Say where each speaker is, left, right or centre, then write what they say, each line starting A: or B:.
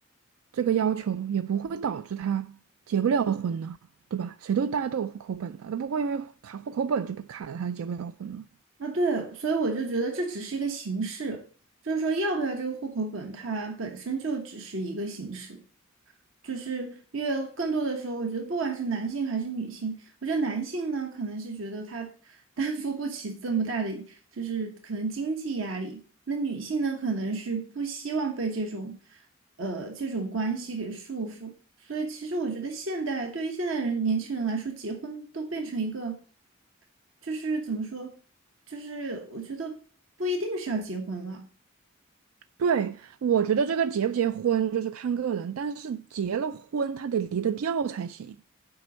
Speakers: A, on the right (about 85°); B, on the right (about 65°).
A: 这个要求也不会导致他结不了婚呢，对吧？谁都大家都有户口本的，他不会因为卡户口本就不卡着他结不了婚了。
B: 那对，所以我就觉得这只是一个形式，就是说要不要这个户口本，它本身就只是一个形式。就是因为更多的时候，我觉得不管是男性还是女性，我觉得男性呢，可能是觉得他 <laughs> 担负不起这么大的，就是可能经济压力；那女性呢，可能是不希望被这种，呃，这种关系给束缚。所以，其实我觉得现代对于现代人年轻人来说，结婚都变成一个，就是怎么说，就是我觉得不一定是要结婚了。
A: 对，我觉得这个结不结婚就是看个人，但是结了婚他得离得掉才行。